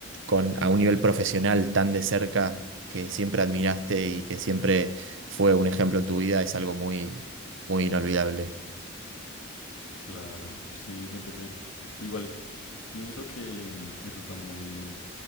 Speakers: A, on the right; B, on the left.
A: con, a un nivel profesional tan de cerca que siempre admiraste y que siempre fue un ejemplo en tu vida es algo muy, muy inolvidable.
B: Claro, sí, siento que... Igual Pienso que mm, eso está muy